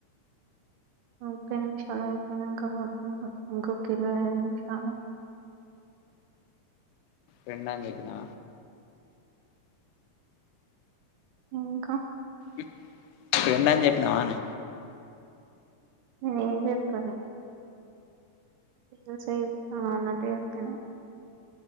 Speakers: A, on the right; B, on the left.
A: ముప్పై నిమిషాలు అయిపోయినాక పోత పోత ఇంకొక ఇరవై ఐదు నిమిషాలు
B: రెంటా కతున
A: ఇంకా
B: ఇడు రంద అని చెప్పినవానే
A: వి వ్యప్పలేసయుతన్నటుప్పిన